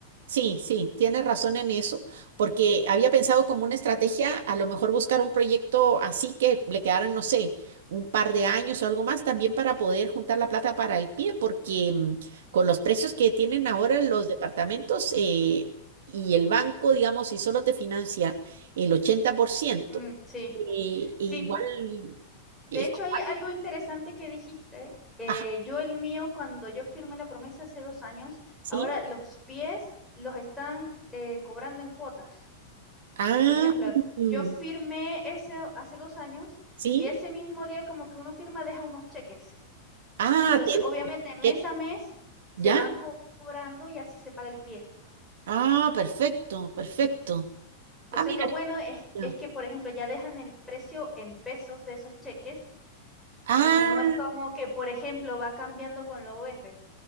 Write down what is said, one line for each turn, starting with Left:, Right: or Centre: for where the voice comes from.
Right: Sí, sí, tienes razón en eso, porque había pensado como una estrategia a lo mejor buscar un proyecto así que le quedaran, no sé, un par de años o algo más también para poder juntar la plata para el pie, porque mm, con los precios que tienen ahora los
Centre: Mm,
Right: departamentos eh, y el banco, digamos, si solo te financia el 80%,
Centre: mm, sí,
Right: eh, e igual
Centre: sí, De
Right: es
Centre: hecho,
Right: complicado.
Centre: hay algo interesante que dijiste. Eh,
Right: Ajá,
Centre: yo el mío, cuando yo firmé la promesa hace dos años,
Right: sí.
Centre: ahora los pies los están eh, cobrando en cuotas.
Right: Ah,
Centre: Por ejemplo,
Right: mm,
Centre: yo firmé ese hace dos años
Right: sí.
Centre: y ese mismo día como que uno firma deja unos cheques.
Right: Ah,
Centre: Entonces,
Right: te-
Centre: obviamente, mes
Right: ¿qué?
Centre: a mes se
Right: ¿ya?
Centre: van co- cobrando y así se paga el pie.
Right: Ah, perfecto, perfecto.
Centre: Entonces,
Right: Ah, mira.
Centre: lo bueno es,
Right: ya.
Centre: es que, por ejemplo, ya dejan el precio en pesos de esos cheques
Right: Ah,
Centre: y no es como que, por ejemplo, va cambiando con la OF.